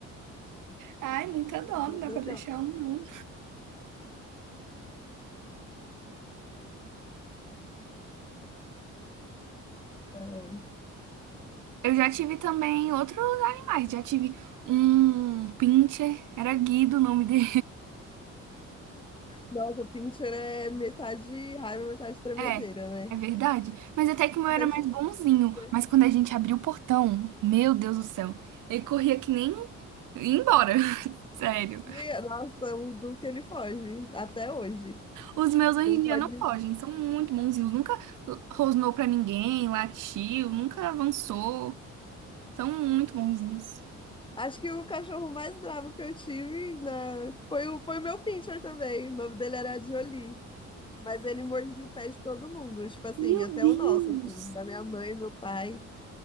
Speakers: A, on the right (about 85°); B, on the left (about 15°).
A: Ai, muita dó,
B: Mas
A: não dá
B: eu
A: pra deixar um, não.
B: gosto.
A: Eu já tive também outros animais. Já tive um pincher, era Guido o nome dele.
B: Nossa, Pinter é metade raiva, metade tremedeira,
A: É,
B: né?
A: é verdade. Mas até que o meu
B: Eu
A: era
B: já
A: mais
B: estive
A: bonzinho.
B: em Pinscher
A: Mas quando a gente abriu o portão, meu Deus do céu, ele corria que nem ia embora. <laughs> Sério.
B: E, nossa, o Duque ele foge, até hoje.
A: Os meus hoje
B: Não
A: em
B: pode.
A: dia não fogem, são muito bonzinhos. Nunca rosnou pra ninguém, latiu, nunca avançou. São muito bonzinhos.
B: Acho que o cachorro mais bravo que eu tive na... foi o foi o meu Pinscher também. O nome dele era Jolie. Mas ele mordia o pé de todo mundo, tipo assim,
A: Meu
B: até
A: Deus!
B: o nosso, assim, da minha mãe, meu pai.